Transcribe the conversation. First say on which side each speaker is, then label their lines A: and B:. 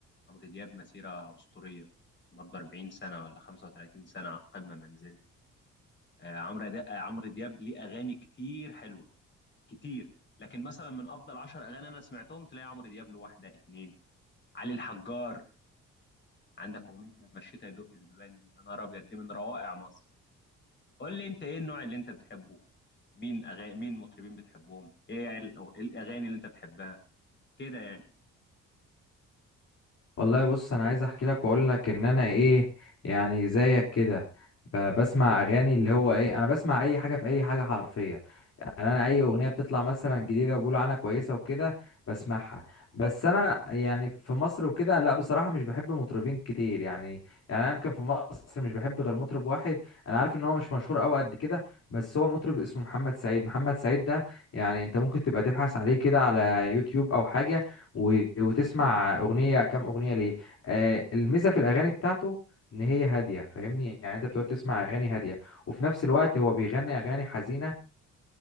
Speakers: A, on the left; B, on the left.
A: عمرو دياب مسيره اسطوريه برضه 40 سنه ولا 35 سنه على القمه ما نزلش آه، عمرو دا- آه، عمرو دياب ليه اغاني كتير حلوه كتير لكن مثلا من افضل 10 اغاني انا سمعتهم تلاقي عمرو دياب له واحده اتنين علي الحجار عندك اغنيه لما الشتا يدق البيبان دي يا نهار ابيض دي من روائع مصر قول لي انت ايه النوع اللي انت بتحبه مين اغاني مين مطربين بتحبهم ايه ال- إيه الاغاني اللي انت بتحبها كده يعني
B: والله بص انا عايز احكي لك واقول لك ان انا ايه يعني زيك كده ب- بسمع اغاني اللي هو ايه انا بسمع اي حاجه في اي حاجه حرفيا يعني انا اي اغنيه بتطلع مثلا جديده وبيقولوا عنها كويسه وكده بسمعها بس انا يعني في مصر وكده لا بصراحه مش بحب مطربين كتير يعني يعني انا يمكن في مصر مش بحب غير مطرب واحد انا عارف ان هو مش مشهور قوي قد كده بس هو مطرب اسمه محمد سعيد محمد سعيد ده يعني انت ممكن تبقى تبحث عليه كده على يوتيوب او حاجه و- وتسمع اغنيه كام اغنيه ليه آه الميزه في الاغاني بتاعته ان هي هاديه فاهمني يعني انت بتقعد تسمع اغاني هاديه وفي نفس الوقت هو بيغني اغاني حزينه